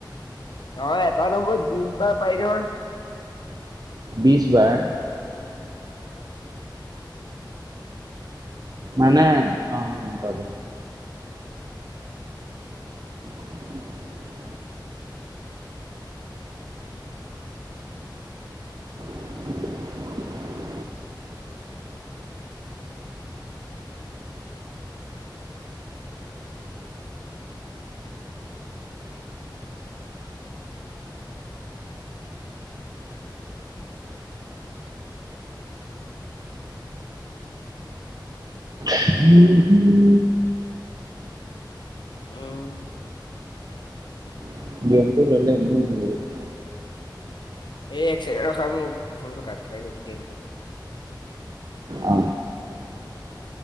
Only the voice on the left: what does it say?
নহয়, এটা নম্বৰ বিজ বাৰ পায় নহয়।
উম
এই এক ছেকেণ্ড ৰখাব ফোনটো কাট খাই গ'ল গেমটো।